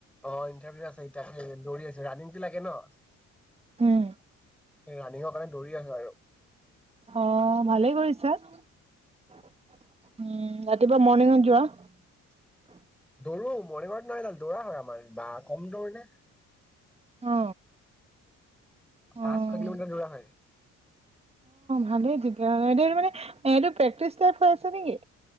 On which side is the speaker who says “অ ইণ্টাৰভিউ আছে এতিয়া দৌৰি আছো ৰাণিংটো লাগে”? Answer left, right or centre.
Centre